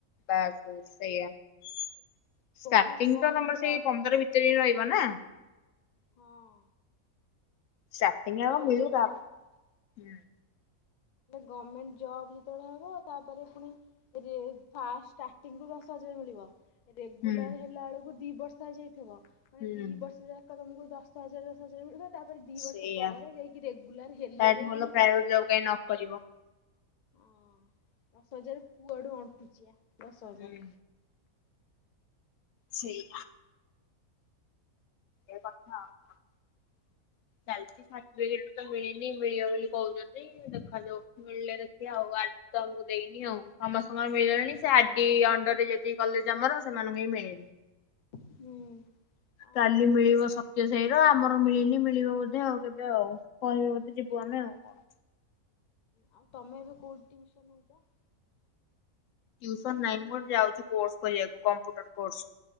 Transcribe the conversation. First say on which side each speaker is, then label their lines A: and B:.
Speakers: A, on the left (about 70°); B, on the left (about 85°).
A: ବାସ ସେଇଆ ଷ୍ଟାର୍ଟିଂ
B: ଫାଷ୍ଟ ଗଭର୍ଣ୍ଣମେଣ୍ଟ
A: ତ ତମର
B: ଜବ୍
A: ସେଇ ପନ୍ଦର। କେତେ ଦିନ ରହିବ ନା।
B: ହଁଅ।
A: ସପଟିଙ୍ଗ ଆଉ ମିିଲୁ
B: ଯେତେବେଳେ
A: ତାପରେ ହୁଁ।
B: ଗଭର୍ଣମେଣ୍ଟ ଜବ୍ ଯେତେବେଳେ ହବ ତାପରେ ପୁଣି। ଫାର୍ଷ୍ଟ ସ୍ତର୍ତିଂରୁ ଦଶ ହଜାର ମିଳିବ। ରେଗୁଲାର
A: ହୁଁ
B: ହେଲା ବେଳକୁ ଦି ବର୍ଷ ହେ ଯାଇଥିବ ମାନେ
A: ହୁଁ
B: ଦି ବର୍ଷ ଯା। ଏକ ତମକୁ ଦଶ ହଜାର ଦଶ ହଜାରରେ ମିଳିବ। ତାପରେ ଦି
A: ସେଇଆ
B: ବର୍ଷ ପରେ ଯାଇକି ରେଗୁଲାର ହେଲେ
A: ତାଠୁ
B: ଯାଇକିମ
A: ଭଲ ପ୍ରାଇଭେଟ
B: ପଚାଶ।
A: ଜବ୍ କାଇଁ ନ କରିବ।
B: ଓ ଦଶ ହଜାର କୁଆଡୁ ଅଣ୍ଟୁଛି ଆ ଦଶ ହଜାର।
A: ହୁଁ ସେଇ। ଏ କଥା ଆଉ କଣ।
B: <inaudible>
A: ଚାଲିଛି ଷାଠିଏ ତ ମିଳିନି ମିଳିବା ବୋଲି କହୁଛନ୍ତି ଦେଖାାଯାଉ ମିଳିଲେ ଯେତିକି ଆଉ। ତମକୁ ଦେଇନି ଆଉ ସମସ୍ତଙ୍କର ମିଳିଲଣି ସେ ଆଡି ଅଣ୍ଡର ରେ ଯତିକି କଲେଜ ଆମର ସେମାନଙ୍କୁ ହିଁ ମିଳେନି।
B: ହୁଁ ଆଉ
A: କାଲି ମିଳିବ ସତ୍ୟ ସାହି ର ଆମର ମିଳିନି ମିଳିବ ବୋଧେ ଆଉ କେବେ ଆଉ କହିବେ ବୋଧେ ଯିବୁ ଆମେ ଆଉ କଣ।
B: ହ ଆଉ ତମେ ଏବେ କୋଉଠି ଟଉସନ ହଉଛ।
A: ଟୁସନ ନାହିଁ ମୁଁ ଯାଉଛି କୋର୍ସ କରିବାକୁ କମ୍ପୁଟର କୋସ